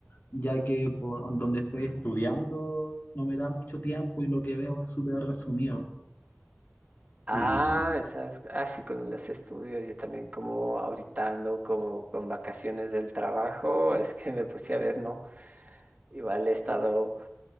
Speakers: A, on the left; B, on the right.
A: ya que por donde estoy estudiando no me da mucho tiempo y lo que veo es súper resumido.
B: Ah,
A: Y
B: ¿sabes? Así con los estudios, yo también como ahorita ando como con vacaciones del trabajo, es que me puse a ver, ¿no? Igual he estado